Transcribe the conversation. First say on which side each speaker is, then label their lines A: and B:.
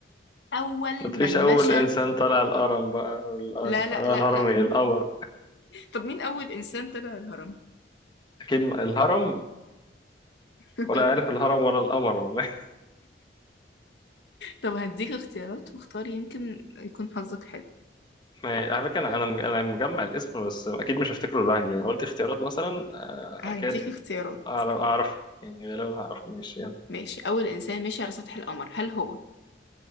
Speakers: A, on the left; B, on the left.
A: اول
B: ما تفيش
A: من
B: أول
A: مشى
B: إنسان طلع الهرم بقى ال-
A: لا
B: ال-
A: لا
B: الهرم
A: لا لا
B: إيه القمر
A: طب مين أول إنسان طلع الهرم؟
B: أكيد ما- الهرم
A: <laughs>
B: ولا عارف الهرم ولا القمر والله <laughs>
A: طب هديك اختيارات واختاري يمكن يكون حظك حلو
B: ما- على فكرة أنا أنا مج- أنا مجمع الاسم بس أكيد مش هفتكره لوحدي يعني قلت اختيارات مثلا آه،
A: هديك
B: أكيد
A: اختيارات
B: أعرف أعرف يعني غالبا هعرف ماشي يلا
A: ماشي أول إنسان مشي على سطح القمر هل هو